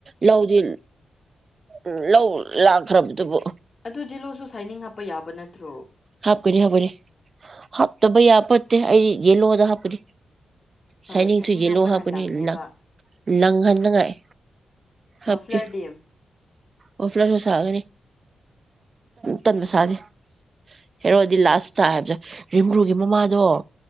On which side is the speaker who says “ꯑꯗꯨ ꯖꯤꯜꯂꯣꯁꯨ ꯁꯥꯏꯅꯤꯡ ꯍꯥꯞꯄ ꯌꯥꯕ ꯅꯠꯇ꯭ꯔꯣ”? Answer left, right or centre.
Left